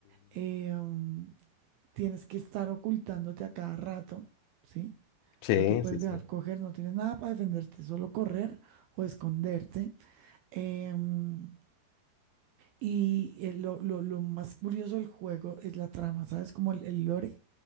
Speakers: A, on the right; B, on the left.
A: eh, um, tienes que estar ocultándote a cada rato, ¿sí?
B: <laughs> Sí,
A: No te puedes
B: sí,
A: dejar
B: sí.
A: coger, no tienes nada para defenderte, solo correr o esconderte. Em, y eh, lo, lo- lo más curioso del juego es la trama, ¿sabes? Como el, el lore,